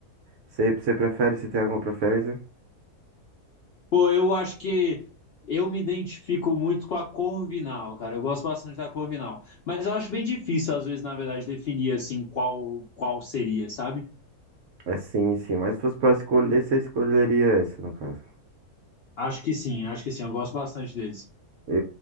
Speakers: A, on the right; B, on the left.
A: você, você prefere, você tem alguma preferência?
B: Pô, eu acho que eu me identifico muito com a Corvinal, cara. Eu gosto bastante da Corvinal. Mas eu acho bem difícil, às vezes, na verdade, definir assim qual qual seria, sabe?
A: É sim, sim. Mas se fosse pra escolher, você escolheria essa, no caso.
B: Acho que sim, acho que sim. Eu gosto bastante deles.
A: Eu,